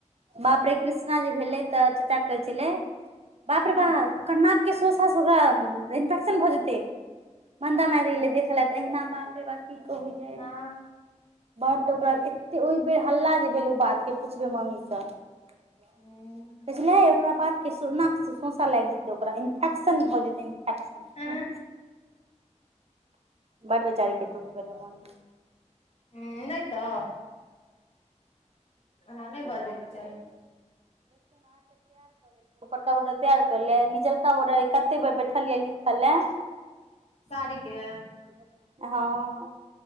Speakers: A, on the right; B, on the left.
A: बापड़े कृष्णा जे भेलै तऽ कहै छलै बाप
B: हूँ
A: रे बाह ओकर नाक के सोसा से ओकरा इन्फेक्शन भऽ जेते मन्दा मारि गेले देख ले त अहिना बाप रे बाप की कहु यै
B: आ,
A: बड्ड ओकर एते ओहि बेर हल्ला जे भेल उ बात के पूछबै मम्मी से। तऽ
B: हूँ,
A: बुझलै ओकरा बाद के सो नाक सँ सौसा लागि जे जै ओकरा इन्फेक्शन भऽ जेतै इन्फेक्शन।
B: ओ,
A: बड बेचारी के दुःख भेलै मोन मे।
B: अम्म नहि तऽ। ऐना नहि बजयके चाही।
A: कपडो तैयार क ले नीचलका बॉर्डर आइ कते बेर बैठलियै लिख लेऽ।
B: साड़ी के।
A: हँ।